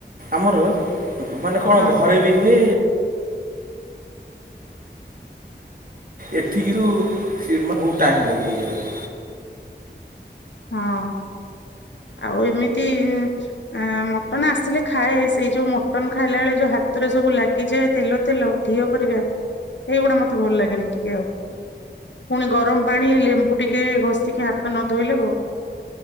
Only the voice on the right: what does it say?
ଆମର ମାନେ କଣ
ଘରେ ବି ହୁଏ ଏଠିକିରୁ ସେ ମାନେଙ୍କୁ ଟାଇମ୍ ଲାଗିବ୍ ଏଇ ଜାଗାରେ